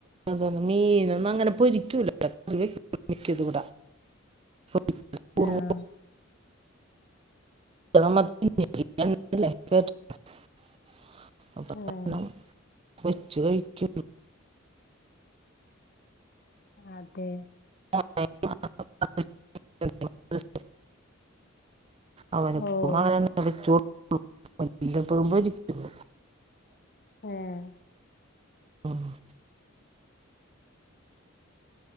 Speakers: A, on the right (about 30°); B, on the left (about 50°).
A: അതാണ് മീനൊന്നും അങ്ങനെ പൊരിക്കൂല <unintelligible> മിക്കതും പൊരിക്കൂല. കുറുവ
B: ആഹ്
A: <unintelligible>
B: ആഹ്
A: പൊരിച്ചു കഴിക്ക
B: അതെ
A: <inaudible> അവന
B: ഓഹ്
A: <unintelligible>
B: ഏഹ്
A: ആഹ്